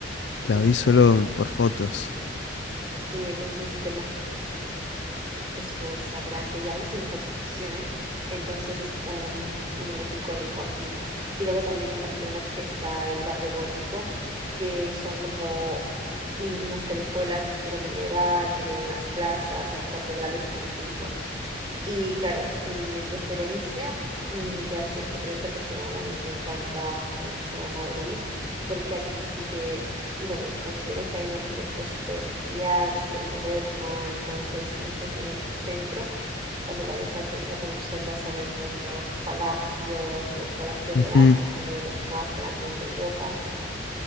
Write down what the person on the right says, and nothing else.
que es
como,
sí, entonces es súper majestuosa, grande y aún sigue en construcción, ¿eh? Entonces es un, un monumento icónico aquí. Y luego también en Barcelona está el barrio gótico, que son como unas callejuelas de estilo medieval, tienen unas plazas y catedrales antiguas. Y claro, mm, en preferencia, mm, ya esto es preferencia personal, a mí me encanta mucho Madrid, porque aquí sí que bueno, considero que hay una arquitectura súper imperial, súper moderna, entonces mm, es en el centro. Cuando vayas al centro a conocer vas a ver muchos palacios o el Palacio
Real, que es uno de los más grandes de Europa.